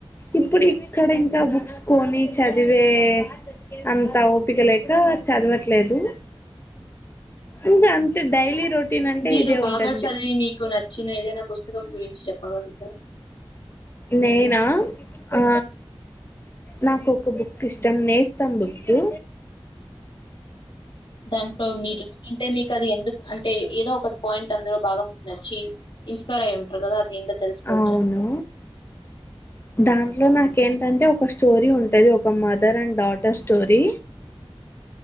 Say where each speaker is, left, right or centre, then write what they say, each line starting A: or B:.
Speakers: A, on the left; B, on the left.
A: ఇప్పుడు ఇక్కడ ఇంకా బుక్స్ కొని చదివే అంత ఓపికలేక చదవట్లేదు ఇంకా అంతే డైలీ రొటీన్ అంటే
B: మీరు
A: ఇదే
B: బాగా
A: ఉంటుంది
B: చదివి మీకు నచ్చిన ఏదైనా పుస్తకం గురించి చెప్పగలుగుతారా
A: నేనా ఆ నాకు ఒక్ బుక్ ఇష్టమ్ నేస్తమ్ బుక్కు
B: దాంటో మీరు అంటే మీకు అది ఎందు అంటే ఏదో ఒక పాయిన్ట్ అందులో బాగమ్ నచ్చి ఇన్సపేర్ అయుంటారు కదా ఏంటో తెలుస్కోవచ్చా
A: అవును. దాంట్లో నాకేంటంటే ఒక స్టోరీ ఉం టది ఒక మదర్ అండ్ డాటర్ స్టోరీ